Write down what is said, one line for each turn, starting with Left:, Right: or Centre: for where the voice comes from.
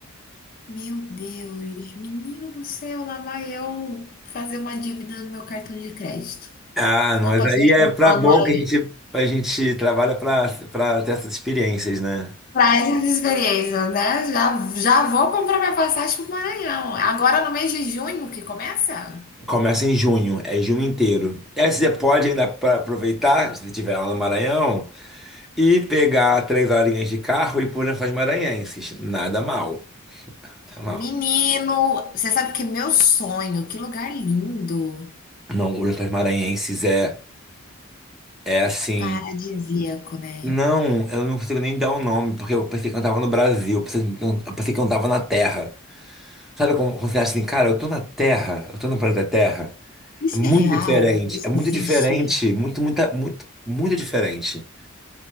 Left: Meu Deus, menino do céu, lá vai eu fazer uma dívida no meu cartão de crédito.
Centre: Ah, mas
Left: Vou passar
Centre: aí
Left: o São
Centre: é pra
Left: João
Centre: bom
Left: no Maranhão.
Centre: que a gente, a gente trabalha para pra ter essas experiências, né?
Left: Para essas experiências, né? Já, já vou comprar minha passagem para o Maranhão. Agora no mês de junho que começa?
Centre: Começa em junho, é junho inteiro. E aí você pode ainda pra- aproveitar, se estiver lá no Maranhão, e pegar três horinhas de carro e ir por Lençóis Maranhenses. Nada mal. Nada mal.
Left: Menino, você sabe que meu sonho, que lugar lindo,
Centre: Não, o Lençóis Maranhenses é, é assim.
Left: paradisíaco, né?
Centre: Não, eu não consigo nem dar o nome, porque eu pensei que eu tava no Brasil, eu pensei que eu, eu pensei que eu tava na Terra. Sabe como, quando você acha assim, cara, eu tô na Terra, eu tô no planeta Terra.
Left: Isso
Centre: É muito
Left: é real?
Centre: diferente,
Left: Isso
Centre: é muito
Left: existe?
Centre: diferente, muito, muita, muito, muito diferente.